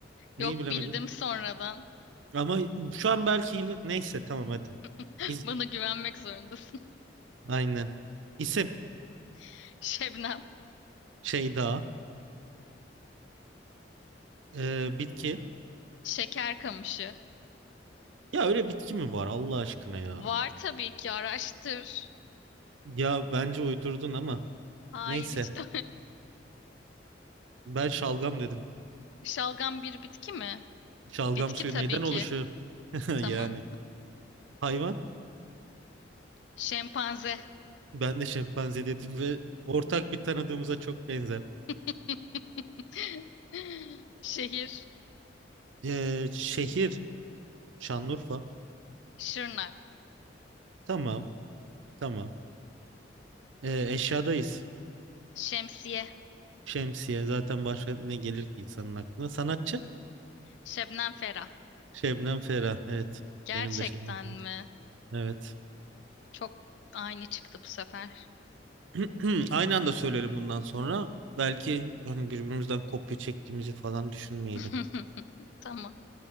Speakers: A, on the right; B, on the left.
A: Neyi
B: Yok
A: bilemedin?
B: bildim sonradan.
A: Ama şu an belki ile- neyse tamam hadi.
B: <laughs>
A: İz...
B: Bana güvenmek zorundasın.
A: Aynen. İsim
B: <laughs> Şebnem.
A: şey daha. Ee, bitki.
B: Şeker kamışı.
A: Ya öyle bitki mi var Allah aşkına ya?
B: Var tabii ki araştır.
A: Ya bence uydurdun ama
B: Hayır
A: neyse.
B: hiç de
A: Ben şalgam dedim.
B: <laughs> Şalgam bir bitki mi?
A: Şalgam
B: Bitki
A: suyu
B: tabii
A: neyden
B: ki.
A: oluşuyor? <laughs>
B: Tamam.
A: Yani. Hayvan.
B: Şempanze.
A: Ben de şempanze dedim ve ortak bir tanıdığımıza çok benzer.
B: <laughs> Şehir.
A: Ee, şehir Şanlıurfa.
B: Şırnak,
A: Tamam, tamam. Ee, eşyadayız.
B: Şemsiye,
A: Şemsiye zaten başka ne gelir ki insanın aklına? Sanatçı
B: Şebnem Ferah.
A: Şebnem Ferah. Evet.
B: Gerçekten
A: Benim de Şebnem Ferah.
B: mi?
A: Evet.
B: Çok aynı çıktı bu sefer.
A: <clears throat> Aynı anda söyleyelim bundan sonra. Belki hani birbirimizden kopya çektiğimizi falan düşünmeyelim.
B: <laughs> Tamam.